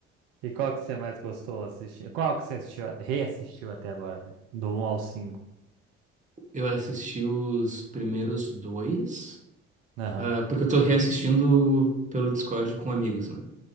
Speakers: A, on the right; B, on the right.
A: E qual que você mais gostou assistir? Qual que você assistiu, reassistiu até agora, né? Do um ao cinco
B: Eu assisti os primeiros dois,
A: Aham.
B: ah, porque eu tô reassistindo pelo Discord com amigos, né?